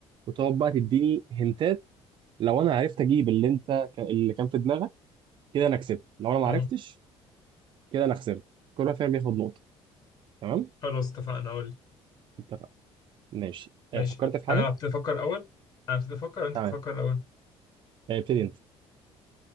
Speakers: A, on the right; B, on the left.
A: وتقعد بقى تديني هنتات لو أنا عرفت أجيب اللي أنت اللي كان في دماغك كده أنا كسبت لو أنا ما
B: اه
A: عرفتش كده أنا خسرت كل واحد فينا بياخد نقطة تمام
B: خلاص اتفقنا قول لي
A: اتفقنا ماشي آه،
B: ماشي
A: فكرت
B: انا
A: في حاجة
B: اللي ابتدي افكر اول انا ابتدي افكر انت
A: تمام
B: تفكر الاول
A: آه، ابتدي انت